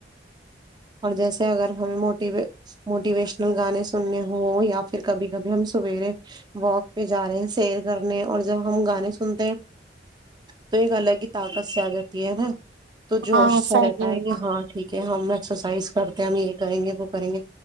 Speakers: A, on the right; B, on the right.
A: اور جیسے اگر ہمیں موٹی موٹیویشنل گانے سننے ہوں یا پھر کبھی کبھی ہم سویرے واک پہ جا رہے ہیں سیر کرنے اور جب ہم گانے سنتے تو ایک الگ ہی طاقت سےیاگت تی ہے نا تو جوش
B: ہاں
A: سا
B: صحیح
A: رہتا
B: کہہ
A: ہے
B: رہی
A: کہ
B: ہو
A: ہاں ٹھیک کہ ہم ایکسرسائز کرتے ہیں ہم یہ کریں گے وہ کریں گے